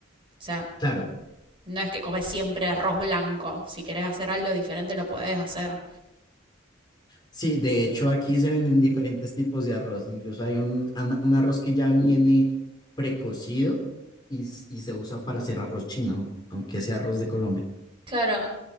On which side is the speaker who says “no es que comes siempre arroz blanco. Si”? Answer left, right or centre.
Right